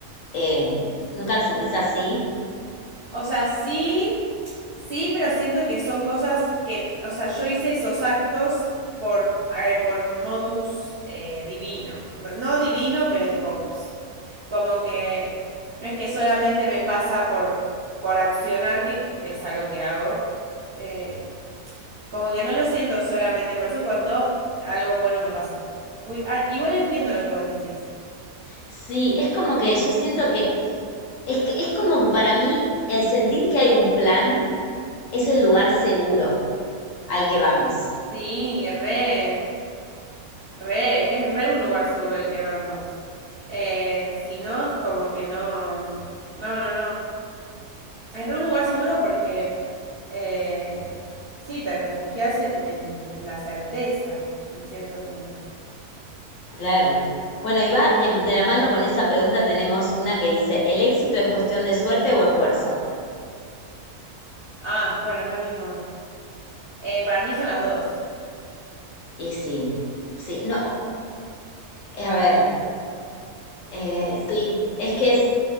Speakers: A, on the left; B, on the right.
A: em, ¿nunca lo sentís así?
B: O sea, sí, sí, pero siento que son cosas que, o sea, yo hice esos actos por, eh, por motus eh, divino. Que- No divino, pero tipo, ps, como que no es que solamente me pasa por, por accionar, que co- es algo que hago. eh, como que no lo siento solamente, por eso cuando algo bueno me pasa. Uy, ah, igual entiendo lo que vos decís.
A: Sí, es como que yo siento que Es que es como que para mí el sentir que hay un plan es el lugar seguro al que vamos.
B: Sí, re. Re, es re un lugar seguro el que vamos. Eh, si no, es como que no. No, no, no. Es re un lugar seguro porque eh, sí, te refugias en, en, en la certeza, en cierto punto.
A: Claro. Bueno, y va de, de la mano con esa pregunta tenemos una que dice, ¿el éxito es cuestión de suerte o esfuerzo?
B: Ah, bueno, es lo mismo. Eh, para mí son las dos.
A: Y sí, sí, no, a ver, eh, sí, es que es,